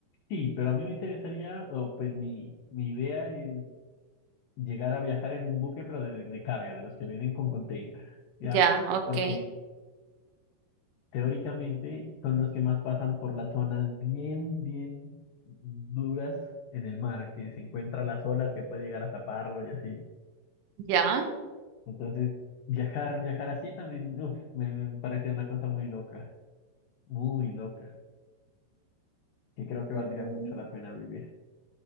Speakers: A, on the left; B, on the right.
A: Sí, pero a mí me interesaría, o pues mi, mi idea es llegar a viajar en un buque, pero de, de carga, de los que vienen con container, ¿ya?
B: Ya, ok,
A: Porque teóricamente son los que más pasan por las zonas bien, bien duras en el mar, que se encuentran las olas que puede llegar a taparlo y así.
B: ya.
A: Entonces, viajar, viajar así también, uf, me, me parece una cosa muy loca, muy loca, que creo que
B: Mm.
A: valdría mucho la pena vivir.